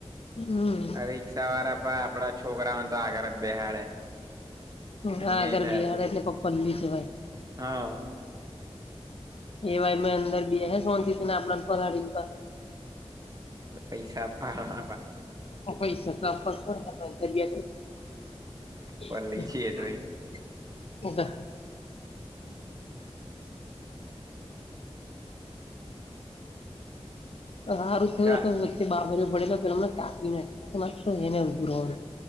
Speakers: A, on the left; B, on the right.
A: હમ્મ.
B: આ રિક્ષાવાળા પણ આપડા છોકરાઓને તો આગર જ બેહાડે. અન્યાય
A: હા આગળ
B: થાય
A: બેહાડે
B: આપડી જોડ
A: એટલે પપ્પલ્લી જવાય.
B: હા.
A: એવાય મેં અંદર બેહે શાંતિથી ને આપણે પલાડી ને પર
B: પૈસા આપવા હ પા
A: પૈસા તો આપવા જ પણ <unintelligible>
B: પર લઈજીએ તો એ
A: <unintelligible>
B: <inaudible>
A: સારું થયું
B: ગા
A: હતું વચ્ચે બાબરે પડે તો પેલામને કાપીને એમાં ત એને ભુર